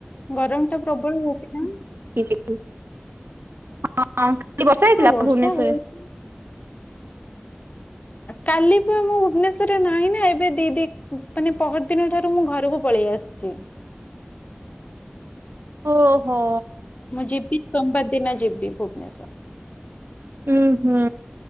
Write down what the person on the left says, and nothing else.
ଗରମ ଟା ପ୍ରବଳ ହଉଚି ନା?
ହଁ ବର୍ଷା
ହଉଛି। କାଲି ପା ମୁଁ ଭୁବନେଶ୍ଵରରେ ନାହିଁ ନା ଏବେ ଦି ଦିନ ମାନେ ପହର ଦିନ ଠାରୁ ମୁଁ ଘରକୁ ପଳେଇ ଆସିଛି।
ମୁଁ ଜିବି ସୋମବାର ଦିନ ଜିିବି ଭୁବନେଶ୍ଵର।